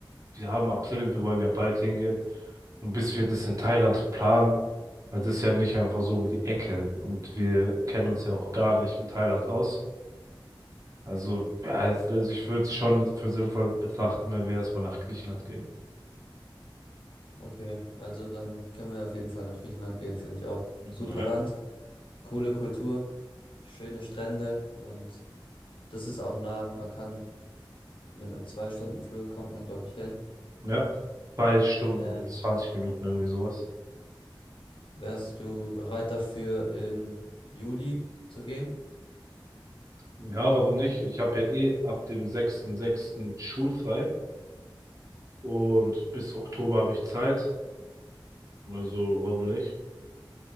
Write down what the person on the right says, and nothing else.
wir haben April, wir wollen ja bald hingehen. Und bis wir das in Thailand planen, weil das ist ja nicht einfach so um die Ecke. Und wir kennen uns ja auch gar nicht mit Thailand aus. Also, ja, es- also ich würde es schon für sinnvoll betrachten, wenn wir erstmal nach Griechenland gehen.
Mhm.
Ja.
Ja, zwei Stunden
und 20 Minuten irgendwie sowas.
Ja, warum nicht? Ich habe ja eh ab dem sechsten sechsten schulfrei und bis Oktober habe ich Zeit. Also, warum nicht?